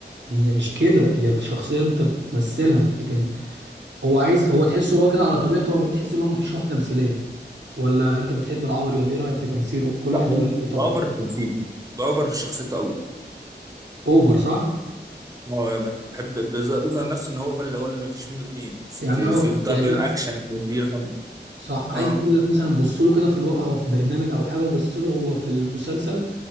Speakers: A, on the right; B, on the right.
A: هي مش كده هي شخصية انت بتمثلها لكن هو عايز هو تحسه اللي هو كده على طبيعته هو تحس ان هو مفيش روح تمثيليه ولا انت بتحب العوضي ولا ايه رايك في تمثيله كل
B: لا
A: واحد
B: هو
A: يقول لك ايه طبعا
B: بأوفر في تمثيله بأوفر في شخصيته قوي
A: اوفر صح
B: هو بحب بز- بيظهر نفسه ان هو اللي هو اللي مفيش منه اتنين في,
A: يعني اه
B: في الضرب
A: يعني
B: الاكشن دي رقم
A: صح عايز
B: اه
A: اقول لك مثلا بص له كده في الواقع هو في برنامج او حاجه وبص له هو في المسلسل